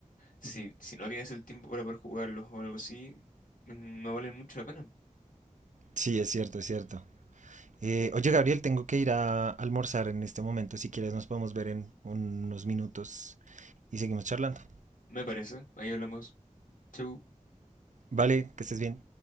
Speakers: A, on the left; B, on the right.
A: si, si no tienes el tiempo para poder jugarlos o algo así, no valen mucho la pena.
B: Sí, es cierto, es cierto. Eh, oye, Gabriel, tengo que ir a almorzar en este momento. Si quieres, nos podemos ver en unos minutos y seguimos charlando.
A: Me parece. Ahí hablamos. Chau.
B: Vale, que estés bien.